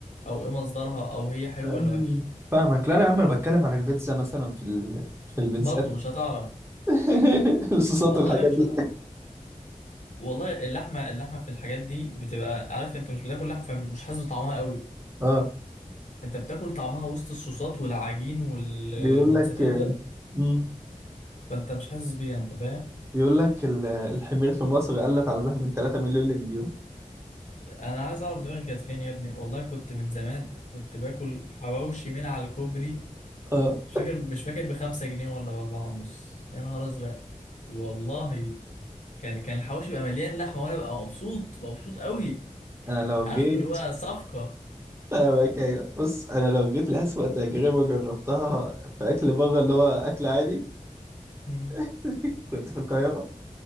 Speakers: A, on the left; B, on the right.
A: او ايه مصدرها او هي حلوه
B: أمم.
A: ولا وحشه
B: فاهمك لا انا يا عم انا بتكلم عن البيتزا مثلا في ال... في البيتزات
A: برضه مش هتعرف
B: <laughs> الصوصات
A: والله
B: والحاجات
A: مش
B: دي
A: هتعرف والله اللحمه اللحمه في الحاجات دي بتبقى عارف انت مش بتاكل لحمه فمش حاسس بطعمها قوي
B: اه
A: انت بتاكل طعمها وسط الصوصات والعجين والموتزاريلا
B: بيقول لك آه، مم.
A: فانت مش حاسس بيها انت فاهم
B: بيقول لك ال- الحمير في مصر قلت عددها من 3 مليون لمليون
A: انا عايز اعرف دماغي كانت فين يا ابني والله كنت من زمان كنت باكل حواوشي من على الكوبري
B: آه.
A: مش فاكر مش فاكر بخمسة جنيه ولا بأربعة ونص يا نهار أزرق والله كان كان الحوش يبقى مليان لحمة وأنا ببقى مبسوط مبسوط قوي
B: انا لو
A: عارف
B: جيت
A: اللي هو صفقة
B: فاهمك أيوة. بص انا لو جيت لأسوأ تجربة جربتها في اكل بره اللي هو اكل عادي
A: مم.
B: <laughs> كنت في القاهرة